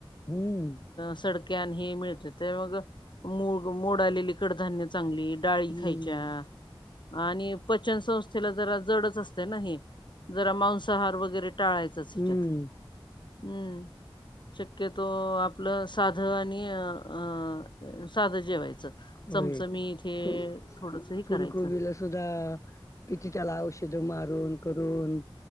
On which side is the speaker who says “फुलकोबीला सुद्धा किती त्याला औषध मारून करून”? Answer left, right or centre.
Left